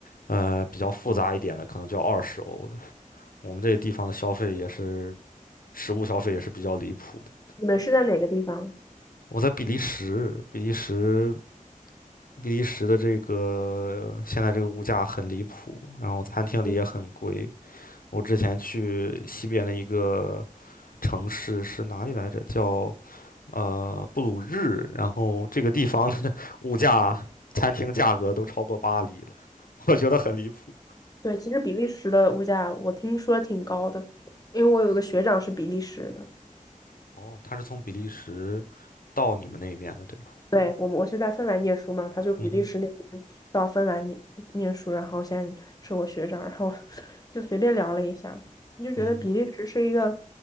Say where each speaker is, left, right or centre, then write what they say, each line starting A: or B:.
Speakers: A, on the left (about 85°); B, on the left (about 25°).
A: 呃比较复杂一点的，可能就二十欧了。我们这个地方的消费也是，食物消费也是比较离谱的。
B: 你们是在哪个地方？
A: 我在比利时，比利时，比利时的这个现在这个物价很离谱，然后餐厅里也很贵。
B: 对，
A: 我之前去西边的一个城市是哪里来着？叫呃布鲁日，然后这个地方的 <laughs> 物价、餐厅价格都超过巴黎了，<laughs> 我觉得很离谱。
B: 对，其实比利时的物价我听说挺高的，因为我有个学长是比利时的。
A: 哦，他是从比利时到你们那边的，对吧？
B: 对，我们我是在芬兰念书嘛，他就比利时那边到芬兰念念书，
A: 嗯哼，
B: 然后现在是我学长，然后 <laughs> 就随便聊了一下，你就觉得比利时是一个
A: 嗯，